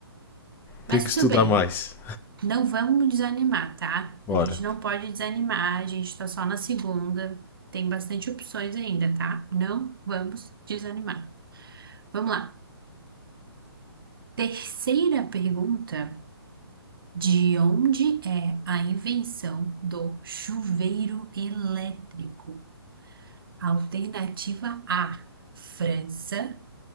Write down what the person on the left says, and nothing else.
Tem
que estudar
mais.
Bora.